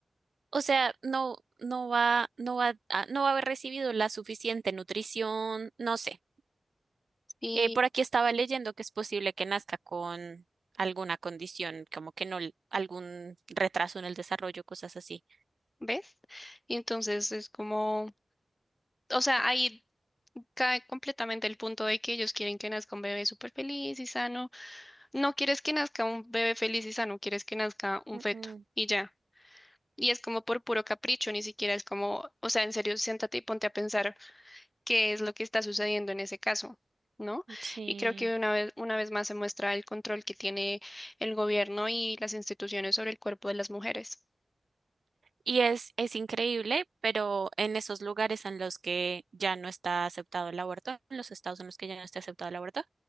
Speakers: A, on the right; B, on the left.
A: o sea, no, no va, no va, a- no va a haber recibido la suficiente nutrición, no sé.
B: y
A: Eh, por aquí estaba leyendo que es posible que nazca con alguna condición, como que no, algún retraso en el desarrollo, cosas así.
B: ves, y entonces es como, o sea, ahí cae completamente el punto de que ellos quieren que nazca un bebé súper feliz y sano. No quieres que nazca un bebé feliz y sano, quieres que nazca un
A: Mm,
B: feto
A: mm,
B: y ya. Y es como por puro capricho, ni siquiera es como, o sea, en serio, siéntate y ponte a pensar qué es lo que está sucediendo en ese caso, ¿no?
A: sí.
B: Y creo que una vez, una vez más se muestra el control que tiene el gobierno y las instituciones sobre el cuerpo de las mujeres.
A: Y es, es increíble, pero en esos lugares en los que ya no está aceptado el aborto, en los estados en los que ya no está aceptado el aborto,